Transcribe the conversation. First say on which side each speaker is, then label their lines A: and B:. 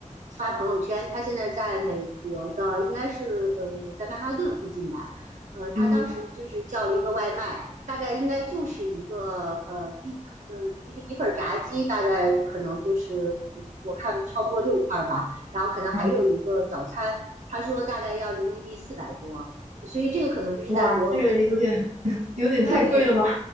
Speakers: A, on the right; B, on the right.
A: 发朋友圈，他现在在美国的，应该是呃在曼哈顿附近吧，呃，他当时就是叫了一个外卖，
B: 嗯，
A: 大概应该就是一个呃一就是一一份炸鸡大概可能就是嗯，我看超过六块吧，然后可能还有一个早餐，
B: 啊，
A: 他说大概要人民币四百多，所以这个可能就是在国
B: 哇，这个有点 <laughs> 有点太贵了吧？
A: 对。